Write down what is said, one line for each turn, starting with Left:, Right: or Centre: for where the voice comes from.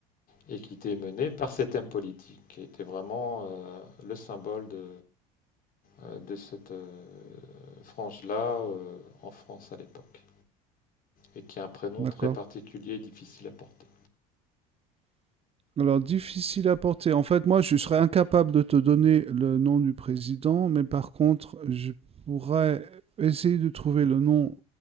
Left: et qui était menée par cet homme politique, qui était vraiment euh, le symbole de, euh, de cette euh, frange-là euh, en France à l'époque, et qui a un prénom
Right: D'accord.
Left: très particulier et difficile à porter.
Right: Alors, difficile à porter. En fait, moi, je serais incapable de te donner le nom du président, mais par contre, je pourrais essayer de trouver le nom,